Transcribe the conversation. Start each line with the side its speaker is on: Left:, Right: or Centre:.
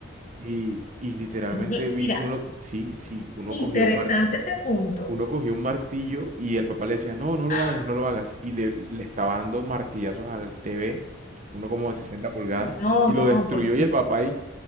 Right: y, y literalmente
Left: Ye-
Right: vi
Left: Mira,
Right: que uno, sí, sí, uno
Left: interesante
Right: cogía un martillo
Left: ese punto.
Right: uno cogía un martillo y el papá le decía, no, no lo
Left: ¡Ah!
Right: hagas, no lo hagas. Y le, le estaba dando martillazos al TV, uno como de sesenta pulgadas,
Left: No,
Right: y
Left: no,
Right: lo destruyó
Left: por
Right: y
Left: favor.
Right: el papá ahí,